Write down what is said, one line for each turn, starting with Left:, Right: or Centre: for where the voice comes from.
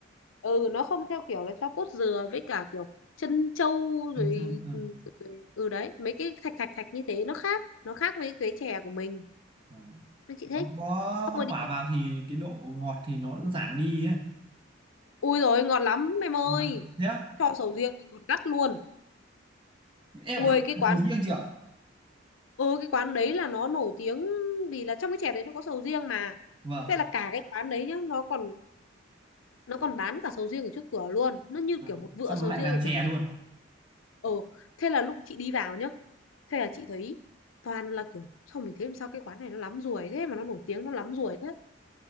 Left: ừ nó không theo kiểu là cho cốt dừa với cả kiểu chân trâu rồi,
Right: ăn châu à,
Left: ừ, rồi ừ đấy mấy cái thạch thạch thạch như thế nó khác nó khác với cái chè của mình
Right: à.
Left: nên chị
Right: nó
Left: thích
Right: có
Left: xong
Right: hoa
Left: rồi
Right: quả
Left: đi
Right: vào thì cái độ ngọt thì nó giảm đi ấy
Left: ui rồi ngọt lắm em ơi
Right: ngon lắm thế á?
Left: cho sầu riêng mà ngọt gắt luôn
Right: em
Left: ui
Right: lại không
Left: cái
Right: làm
Left: quán
Right: sầu riêng
Left: đấy
Right: chị ạ
Left: ừ cái quán đấy là nó nổi tiếng vì là trong cái chè đấy nó có sầu riêng mà
Right: vâng
Left: thế là cả cái quán đấy nhá nó còn nó còn bán cả sầu riêng ở trước cửa luôn nó như
Right: à.
Left: kiểu một vựa
Right: xong nó
Left: sầu
Right: lại
Left: riêng
Right: làm
Left: ở
Right: chè
Left: trước cửa
Right: luôn
Left: ừ thế là lúc chị đi vào nhá thế là chị thấy toàn là kiểu sao mình thấy làm sao cái quán này nó lắm ruồi thế mà nó nổi tiếng nó lắm ruồi thế